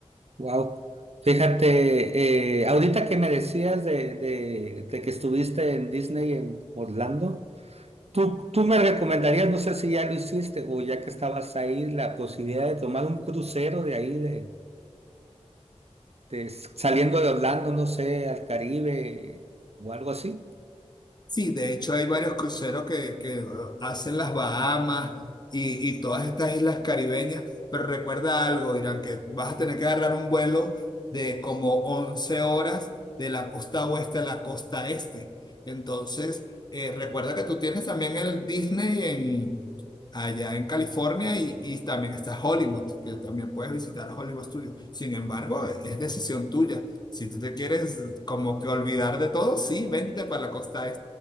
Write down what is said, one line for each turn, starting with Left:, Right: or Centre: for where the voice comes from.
Right: wow. Fíjate, eh, ahorita que me decías de, de, de que estuviste en Disney en Orlando, ¿tú, tú me recomendarías, no sé si ya lo hiciste o ya que estabas ahí, la posibilidad de tomar un crucero de ahí, de, de s- saliendo de Orlando, no sé, al Caribe o algo así?
Left: Sí, de hecho hay varios cruceros que, que uh, hacen las Bahamas y, y todas estas islas caribeñas, pero recuerda algo, Irán, que vas a tener que agarrar un vuelo de como 11 horas de la costa oeste a la costa este. Entonces, eh, recuerda que tú tienes también el Disney en, allá en California y, y también está Hollywood, que también puedes visitar Hollywood Studios. Sin embargo, es decisión tuya. Si tú te quieres como que olvidar de todo, sí, vente para la costa